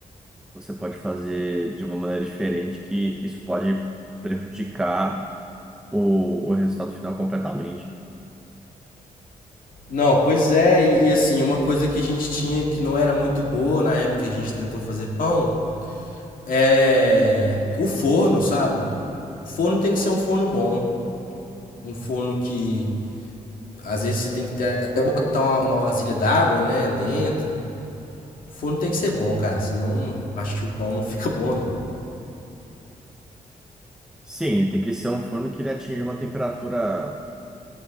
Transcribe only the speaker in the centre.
você pode fazer de uma maneira diferente, que isso pode prejudicar o, o resultado final completamente.
Sim, tem que ser um forno que ele atinja uma temperatura.